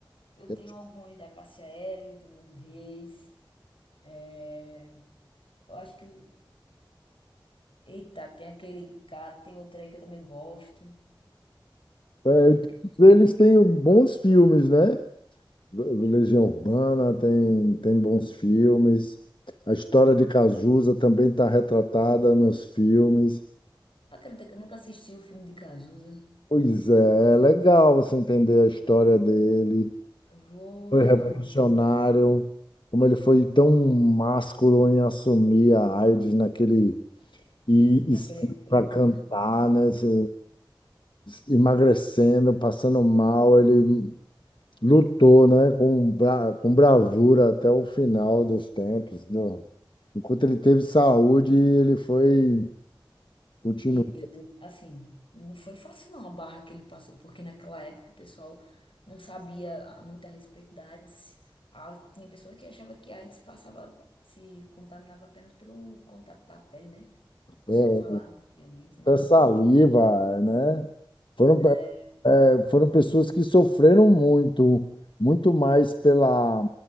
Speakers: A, on the left; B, on the left.
A: Eu
B: É,
A: tenho algumas da Cássia Eller, Dona do Nando Reis. É, Eu acho que. Eita, tem aquele cara, tem outro aí que eu também gosto.
B: é,
A: É porque.
B: eles têm bons filmes, né? Legião Urbana tem, tem bons filmes. A história de Cazuza também está retratada nos filmes.
A: Acredita que eu nunca assisti o filme de Cazuza.
B: Pois é, é legal você entender a história dele.
A: Vou.
B: Foi revolucionário, como ele foi tão másculo em assumir a AIDS naquele e,
A: Naquele
B: e
A: tempo,
B: para cantar,
A: né?
B: né? Se- Emagrecendo, passando mal, ele Lutou, né, com, bra com bravura até o final dos tempos. Não. Enquanto ele teve saúde, ele foi, continuou,
A: E eu, de- assim, não foi fácil não a barra que ele passou, porque naquela época o pessoal não sabia a- muito a respeito da AIDS. Ah, tinha pessoa que achava que a AIDS passava, se contaminava apenas pelo contato da pele, né? O pessoal
B: é,
A: falava antigamente, né?
B: até saliva, né? Foram,
A: É,
B: pe- é, foram pessoas que sofreram muito, muito mais pela,